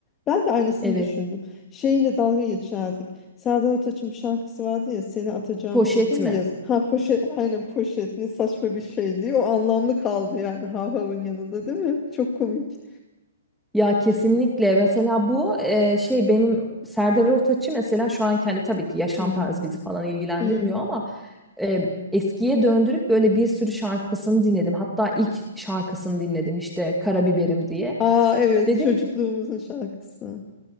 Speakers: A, on the left; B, in the centre.
A: Ben de aynısını
B: Evet.
A: düşündüm. Şeyle dalga geçerdik. Serdar Ortaç'ın bir şarkısı vardı ya. Seni atacağım
B: Poşet
A: çöpe mi
B: mi?
A: yaz? Ha poşet. Aynen poşet. Ne saçma bir şey diye. O anlamlı kaldı yani. Hav Hav'ın yanında değil mi? Çok komik.
B: Ya kesinlikle mesela bu e, şey benim Serdar Ortaç'ı mesela şu an kendi tabii ki yaşam
A: Hı.
B: tarzı bizi falan ilgilendirmiyor
A: Hı.
B: ama e, eskiye döndürüp böyle bir sürü şarkısını dinledim. Hatta ilk şarkısını dinledim işte Karabiberim diye.
A: Aa evet.
B: Dedim
A: Çocukluğumuzun
B: ki
A: şarkısı.